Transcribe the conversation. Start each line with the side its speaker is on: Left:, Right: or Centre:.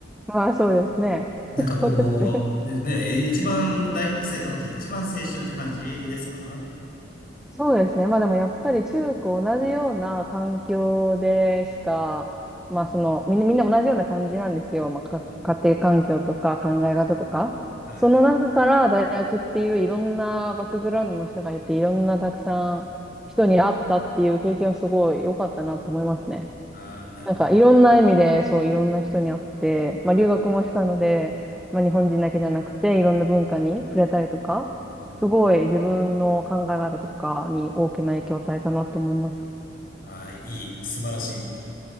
Centre: まあそうですね。
Left: なんかこう、
Centre: <laughs> それって
Left: ね、一番、大学生が、じゃあ一番青春って感じですか
Centre: そうですね。まあでもやっぱり中高同じような環境でしか、
Left: うん、
Centre: まあその、
Left: うん、
Centre: みんな、みんな同じような感じなんですよ。まあか家庭環境とか考え方とか。
Left: うん。はい、はい。
Centre: その中から大学っていういろんなバックグラウンドの人がいて、
Left: はい
Centre: いろんなたくさん人に会ったっていう経験はすごい良かったなと思いますね。
Left: ああ、なるほど。
Centre: なんかいろんな意味で、そう、いろんな人に会って、まあ留学もしたので、まあ日本人だけじゃなくて、いろんな文化に触れたりとか、
Left: うん、
Centre: すごい自分の考え方とかに大きな影響を与えたなと思います。
Left: うん。ああ、いい。素晴らしい。